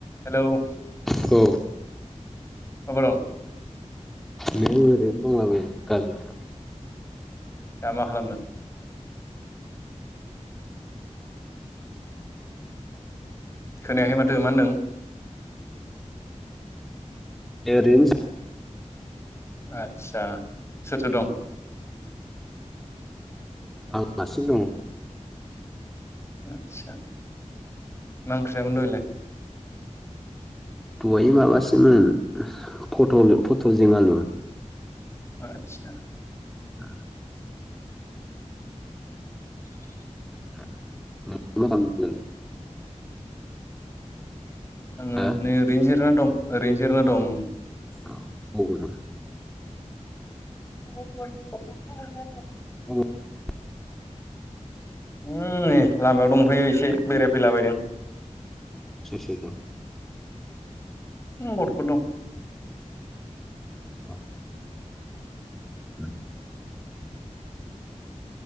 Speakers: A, on the left; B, in the centre.
A: Hello
B: औ
A: अबाव दं?
B: नै ओरैनो दंलाबायो गामियाव ।
A: दा मा खालामदों? खोनायाखै माथो मा होनदों?
B: एह ओरैनो जि
A: आदसा सोर सोर दं?
B: आं हारसिं दं । <unintelligible>
A: आदसा मा ओंख्रि जायामोन दहायलाय
B: अय माबासोमोन फथल फथलजों आलु ।
A: आतसा ।
B: <unintelligible>
A: <inaudible>
B: <unintelligible>
A: आङो
B: हा
A: नै ओरैनो जारायना दं ओरैनो जिरायना दं।
B: अ मबाव दं?
A: <unintelligible>
B: <unintelligible>
A: उम नै लामायाव दंफैयो एसे बेरायफैलाबायदों।
B: सोर सोर दं?
A: उम गथ'फोर दं।
B: अ <unintelligible>